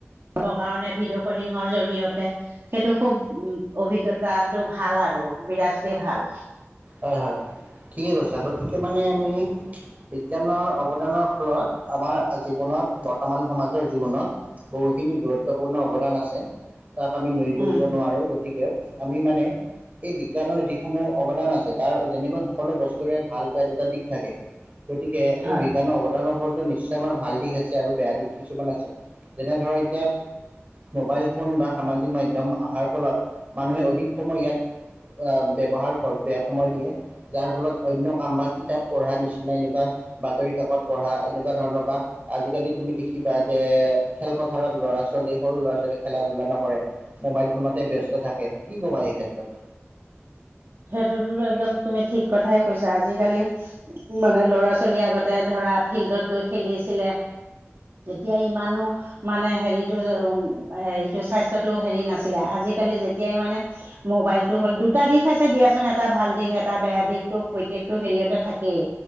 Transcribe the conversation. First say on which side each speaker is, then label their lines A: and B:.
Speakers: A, on the right; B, on the right.
A: ৰ কাৰণে ভিডিঅ' কলিঙৰ জৰিয়তে। সেইটো খুব উ অভিজ্ঞতাটো ভাল আৰু বিৰাটেই ভাল।
B: হয় হয়, ঠিকে কৈছা গতিকে মানে আমি বিজ্ঞানৰ অৱদানক ফলত আমাৰ জীৱনত বৰ্তমান সমাজৰ জীৱনত বহুখিনি গুৰুত্বপূৰ্ণ অৱদান আছে, তাক আমি নুই কৰিব
A: উম,
B: নোৱাৰো, গতিকে আমি মানে এই বিজ্ঞানৰ যিসমূহ অৱদান আছে তাৰ যেনেকৈ সকলো বস্তুৰে ভাল বেয়া দুটা দিশ থাকে, গতিকে এই
A: হয়।
B: বিজ্ঞানৰ অৱ ফলটো নিশ্চয় আমাৰ ভাল দিশ আছে আৰু বেয়া দিশ কিছুমান আছে, যেনে ধৰা এতিয়া মোবাইল ফোন বা সামাজিক মাধ্যম অহাৰ ফলত মানুহে অধিক সময় ইয়াত আহ ব্যৱহাৰ কৰ বেয়া সময় দিয়ে। যাৰ ফলত অন্য কাম বা কিতাপ পঢ়া নিচিনা এনেকুৱা বাতৰি কাকত পঢ়া এনেকুৱা ধৰণৰ বা আজিকালি তুমি দেখিবা যে খেলপথাৰত ল'ৰা ছোৱালীৱে সৰু ল'ৰা ছোৱালীৱে খেলা ধূলা নকৰে। মোবাইল ফোনতে ব্যস্ত থাকে, কি কবা এই ক্ষেত্ৰত?
A: সেইটোতো একদম তুমি ঠিক কথাই কৈছা আজিকালি মানে ল'ৰা ছোৱালী আগতে ধৰা ফিল্ডত গৈ খেলিছিলে। তেতিয়া ইমানো মানে হেৰিটো উ হেৰিটো স্বাস্থ্যটো হেৰি নাছিলে আজিকালি যেতিয়াই মানে মোবাইলটো হ'ল দুটা দিশ আছে দিয়াচোন এটা ভাল দিশ এটা বেয়া দিশটো প্ৰত্যেকটো হেৰিয়তে থাকেই,